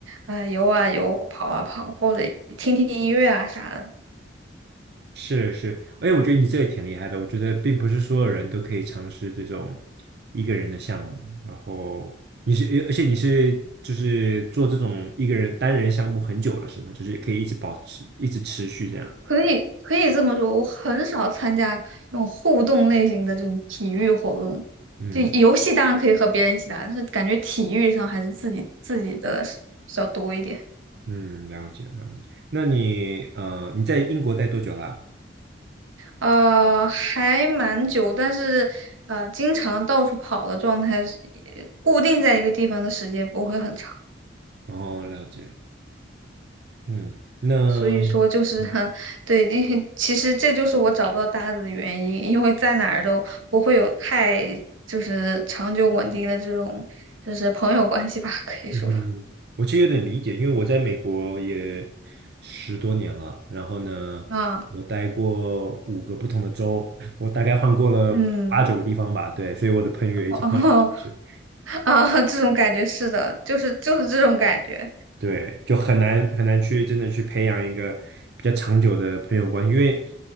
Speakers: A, on the right; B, on the right.
A: 啊、游啊游，跑啊跑，
B: 嗯
A: 或者听听音乐啊啥的。
B: 是是，哎，我觉得你这个挺厉害的。我觉得并不是所有人都可以尝试这种一个人的项目。然后你是，而且你是就是做这种一个人单人项目很久了，是吗？就是可以一直保持，一直持续这样。
A: 可以可以这么说，我很少参加那种互动类型的这种体育活动。
B: 嗯
A: 就游戏当然可以和别人一起打，但是感觉体育上还是自己自己的是比较多一点。
B: 嗯，了解了解。那你呃，你在英国待多久啦？
A: 呃，还蛮久，但是呃，经常到处跑的状态是，呃固定在一个地方的时间不会很长。
B: 哦，了解。嗯，那
A: 所以说就是哈
B: 嗯
A: <laughs> 对，因为其实这就是我找不到搭子的原因，因为在哪儿都不会有太就是长久稳定的这种就是朋友关系吧，可以说
B: 嗯哼，我其实有点理解，因为我在美国也十多年了。然后呢，
A: 啊，
B: 我待过五个不同的州，我大概换过了八九个地方吧。
A: 嗯，
B: 对，所以我的朋友也一直换来换去。
A: 哦 <laughs> 啊，这种感觉是的，就是就是这种感觉。
B: 对，就很难很难去真的去培养一个比较长久的朋友关系，因为